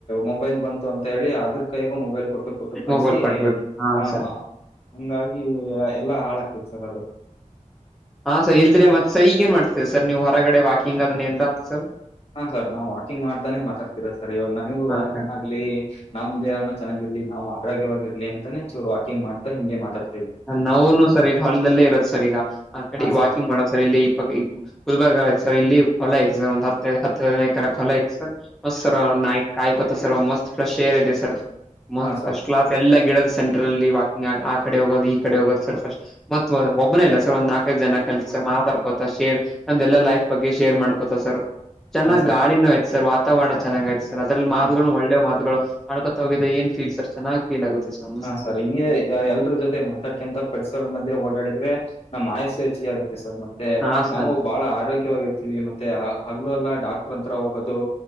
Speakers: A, on the left; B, in the centre.
A: ಮೊಬೈಲ್ ಬಂತು ಅಂತ ಹೇಳಿ ಅದ್ರ ಕೈಗೂ ಮೊಬೈಲ್ ಕೊಟ್ಟು ಕೊಟ್ಟು ಕಲಸಿ
B: ಮೊಬೈಲ್ ಕೊಟ್ಬಿಟ್ಟು ಹಾ
A: ಆಹ
B: ಸರ್
A: ಹಂಗಾಗಿ ಎಲ್ಲಾ ಹಾಳಾಗ್ತೈತ್ ಸರ್ ಅದು.
B: ಹಾಂ ಸರ್ ಇಲ್ದ್ರೆ ಮತ್ ಸರ್ ಈಗೇನ್ ಮಾಡ್ತೀರಿ ಸರ್ ನೀವು ಹೊರಗಡೆ ವಾಕಿಂಗ್ ಅದ್ನೆಲ್ಲ ಸರ್.
A: ಹಾಂ ಸರ್ ನಾವು ವಾಕಿಂಗ್ ಮಾಡ್ತಾನೆ ಮಾತಾಡ್ತಿರದ್ ಸರ್ ಇವಾಗ ನಮ್ಗು
B: ಹಾ
A: ವ್ಯಾಯಾಮ
B: ಸರ್
A: ಲಿ ನಮ್ ದೇಹಾನು ಚೆನ್ನಾಗಿರ್ಲಿ ನಾವು ಆರೋಗ್ಯವಾಗಿರ್ಲಿ ಅಂತಾನೆ ಚೂರು ವಾಕಿಂಗ್ ಮಾಡ್ತಾ ಹಿಂಗೆ ಮಾತಾಡ್ತ್
B: ನೋವುನು ಸರ್ ಇಲ್ಲಿ ಹೊಲ್ದಲ್ಲೇ ಇರದ್ ಸರ್ ಈಗ ಆ ಕಡೆ
A: ಹಾ ಸರ್
B: ವಾಕಿಂಗ್ ಮಾಡೋದು ಸರ್ ಇಲ್ಲಿ ಇ ಪ ಗುಲ್ಬರ್ಗ ಐತೆ ಸರ್ ಇಲ್ಲಿ ಹೊಲ ಐತೆ ಸರ್ ಒಂದ ಹತ್ ಹತ್ತು ಹನೈಕರ ಹೊಲ ಐತೆ ಸರ್ ಮತ್ ಸರ್ ನಾಯಕ ಕಾಯ್ಕೊತ ಸರ್ ಮಸ್ತ್ ಫ್ರೆಶ್ ಏರ್ ಇದೆ ಸರ್ ಮತ್
A: ಹಾ ಸರ್
B: ಫಷ್ ಕ್ಲಾಸ್ ಎಲ್ಲಾ ಗಿಡದ ಸೆಂಟರಲ್ಲಿ ವಾಕಿಂಗ್ ಆ ಕಡೆ ಹೋಗೋದು ಈ ಕಡೆ ಹೋದು ಸರ್ಫಸ್ಟ್ ಮತ್ ಒಬ್ಬನೇ ಅಲ್ಲ ಸರ್ ಒಂದ್ ನಾಲ್ಕೈದು ಜನ ಕಲ್ರ್ ಮಾತಾಡ್ಕೊತಾ ಶೇರ್. ನಮ್ದೆಲ್ಲಾ ಲೈಫ್ ಬಗ್ಗೆ ಶೇರ್ ಮಾಡ್ಕೊತಾ ಸರ್. ಚೆನ್ನಾಗಿ
A: ಹಾ ಸರ್
B: ಗಾಳಿನೂ ಐತಿ ಸರ್ ವಾತಾವರಣ ಚೆನ್ನಾಗ ಆಯ್ತ್ ಸರ್ ಅದ್ರಲ್ಲಿ ಮಾತುಗಳುನು
A: ಹ
B: ಒಳ್ಳೆ ಮಾತುಗಳು. ಆಡ್ಕೋತ ಹೋಗಿದೆ ಏನ್ ಫೀಲ್ ಸರ್ ಚೆನ್ನಾಗ್ ಫೀಲ್ ಆಗುತ್ತೆ ಸರ್. ಮಸ್ತ್
A: ಹಾಂ ಸರ್ ಇಂಗೆ. ಎಲ್ರೂ ಜೊತೆ ಮಾತಾಡ್ಕ್ಯಂತ ಪರಿಸರದ ಮಧ್ಯೆ ಓಡಾಡಿದ್ರೆ ನಮ್ ಆಯಸ್ಸು ಹೆಚ್ಚಿಗೆ ಆಗುತ್ತೆ ಸರ್ ಮತ್ತ್ ತ್ತೆ
B: ಹಾ ಸರ್
A: ನಾವು ಬಹಳ ಆರೋಗ್ಯವಾಗಿರ್ತೀವಿ ಮತ್ತೆ ಹಗ್ಲು ಎಲ್ಲ ಡಾಕ್ಟರ್ ಹತ್ರ ಹೋಗೋದು.